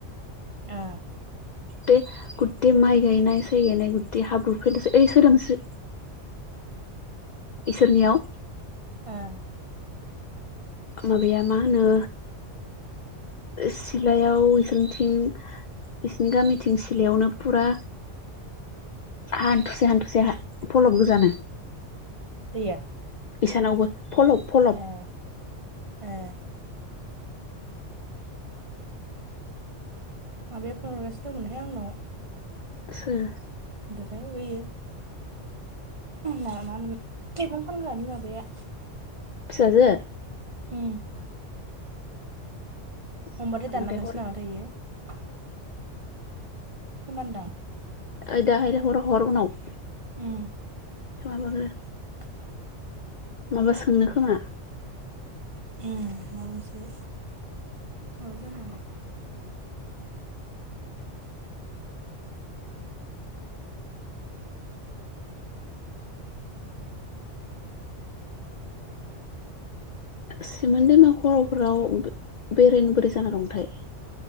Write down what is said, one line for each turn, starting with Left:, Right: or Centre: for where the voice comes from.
Right: आ
Left: गे गुथे माइ गायनाय साय गायनाय गुथै हाब्रु फैलसै ओइ सोदोमसै इसोरनियाव
Right: हो
Left: माबाया मा होनो सिलायाव इसोनिथिं बिसिनि गामिथिं सिलायावनो फुरा हान्थुसे हान्थुसे फलब गोजानो
Right: दैया
Left: इसानावबो फलब फलब
Right: ए ए आं बे फन्द हरगासो दंमोनहाय आंनाव
Left: सोर
Right: है बेयो मा होन मैगं फानग्रानि माबाया
Left: फिसाजो
Right: उ हमबाथाय
Left: जाखांबाथाय
Right: दानलांगोनसो नामाथाय बेयो होनदां
Left: ओ दाहायलाय हर हर उनाव
Right: उम
Left: माबागो
Right: आ
Left: माबा सोंनो खोमा
Right: उ माबनोसै हा जालाय
Left: सिमोन दैमा खर'फोराव बेरायनो बोरै जाना दंथाय